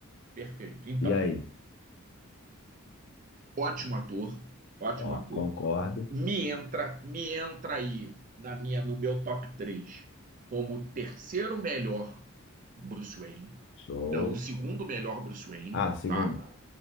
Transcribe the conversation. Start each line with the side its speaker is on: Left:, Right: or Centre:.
Right: perfeito. Então,
Left: E aí?
Right: ótimo ator, ótimo
Left: Ó,
Right: ator.
Left: concordo.
Right: me entra, me entra aí na minha, no meu top 3 como o terceiro melhor Bruce Wayne.
Left: Show.
Right: É o segundo melhor Bruce Wayne,
Left: Ah, segundo.
Right: tá?